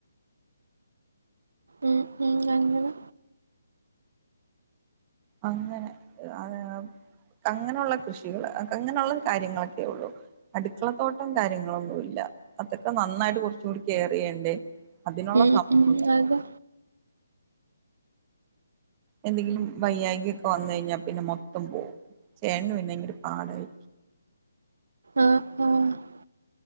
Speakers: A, on the right (about 70°); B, on the right (about 25°).
A: ഉം ഉം അങ്ങനെ
B: അങ്ങനെ അത അങ്ങനെയുള്ള കൃഷികൾ അങ്ങനെയുള്ള കാര്യങ്ങളൊക്കെ ഉള്ളൂ അടുക്കളത്തോട്ടം കാര്യങ്ങളൊന്നുംല്ല അതൊക്കെ നന്നായിട്ട് കുറച്ചുകൂടി കെയർ ചെയ്യണ്ടേ അതിനുള്ള
A: ഉം
B: സമയം
A: ഉം അതെ
B: എന്തെങ്കിലും വയ്യാകിൊക്കെ വന്ന കഴിഞ്ഞാൽ പിന്നെ മൊത്തം പോവും ചേട്ടന് പിന്നെ ഭങ്ക ഒരു പാടായി
A: ആഹ് ആഹ്